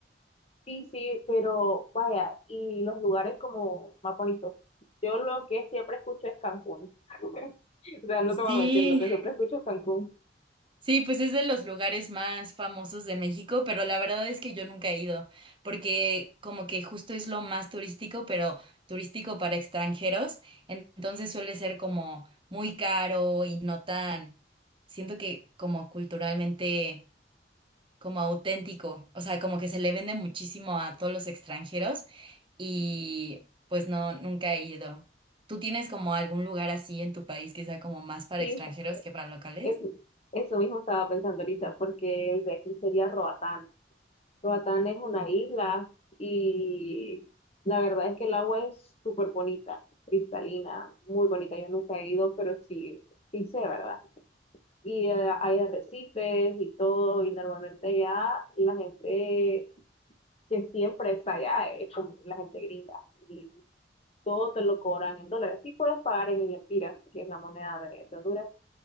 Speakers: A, on the left; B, on the right.
A: Sí, sí, pero vaya, y los lugares como más bonitos. Yo lo que siempre escucho es Cancún. <laughs> O sea, no
B: Sí,
A: te voy a mentir, lo que siempre escucho es Cancún.
B: Sí, pues es de los lugares más famosos de México, pero la verdad es que yo nunca he ido, porque como que justo es lo más turístico, pero turístico para extranjeros, en- entonces suele ser como muy caro y no tan, siento que como culturalmente, como auténtico, o sea, como que se le vende muchísimo a todos los extranjeros y pues no, nunca he ido. ¿Tú tienes como algún lugar así en tu país que sea como más para
A: Sí,
B: extranjeros que para locales?
A: es- eso mismo estaba pensando ahorita, porque el de aquí sería Roatán. Roatán es una isla y la verdad es que el agua es súper bonita, cristalina, muy bonita. Yo nunca he ido, pero sí, sí sé, ¿verdad? Y eh, hay arrecifes y todo, y normalmente ya la gente que siempre está allá, es como la gente gringa, y todo te lo cobran en dólares. Sí puedes pagar en lempiras, que es la moneda de, de Honduras,